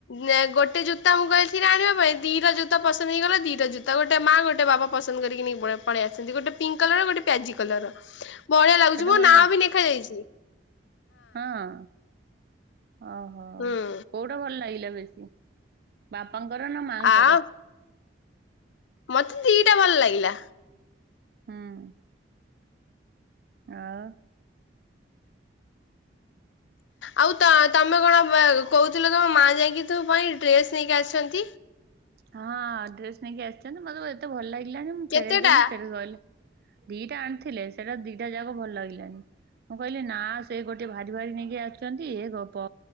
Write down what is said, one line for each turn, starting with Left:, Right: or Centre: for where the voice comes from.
Left: ନା ଗୋଟେ ଜୁତା ମୁଁ କହିଥିଲି ଆଣିବା ପାଇଁ ଦିଟା ଜୁତା ପସନ୍ଦ ହେଇଗଲା ଦିଟା ଜୁତା ଗୋଟେ ମା ଗୋଟେ ବାପା। ପସନ୍ଦ କରିକି ନେଇକି ପଳେ ପଳେଇ ଆସିଚନ୍ତି ଗୋଟେ ପିଙ୍କ୍ କଲର ଗୋଟେ ପ୍ୟାଜି କଲରର ବଢ଼ିଆ ଲା
Right: ସେଟା
Left: <unintelligible>
Right: ଭଲ
Left: ନାଁ
Right: ଲାଗୁଛି
Left: ବି ନେଖା ଯାଇଛି।
Right: ହଁ। ଓହୋ
Left: ହୁଁ
Right: କୋଉଟା ଭଲ ଲାଗିଲା ବେଶୀ ବାପାଙ୍କର ନା ମାଆଙ୍କର?
Left: ଆଉ ମତେ ଦିଟା ଭଲ ଲାଗିଲା।
Right: ହୁଁ। ଆଉ।
Left: ଆଉ ତ ତମେ କଣ ବ କହୁଥିଲ ତମ ମା ଯାଇକି ତୋ ପାଇଁ ଡ୍ରେସ ନେଇକି ଆସିଛନ୍ତି।
Right: ହଁ ଡ୍ରେସ ନେଇକି ଆସିଛନ୍ତି। ମତେ <unintelligible> ଏତେ ଭଲ ଲାଗିଲାନି ମୁଁ ଫେରେଇ
Left: କେତେଟା
Right: ଦେଲି ଫେରେ ଗଲେ। ଦିଟା ଆଣିଥିଲେ ସେଟା ଦିଟା ଯାକ ଭଲ ଲାଗିଲାନି। ମୁଁ କହିଲି ନା ସେ ଗୋଟେ ଭାରି ଭାରି ନେଇକି ଆସିଛନ୍ତି ଏ ଗପ।